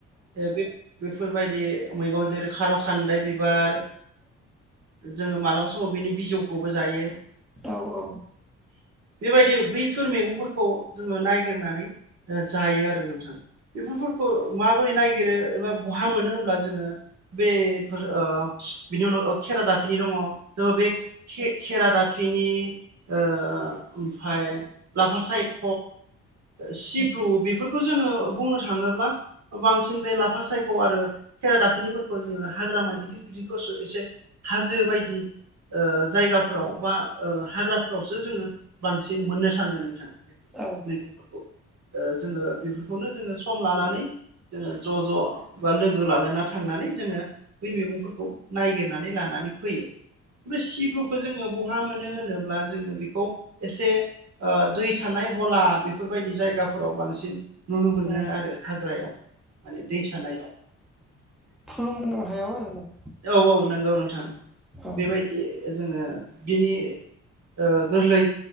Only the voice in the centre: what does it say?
औ औ।
औ
उम
थुलुंगोनां हायाव आरोना।
औ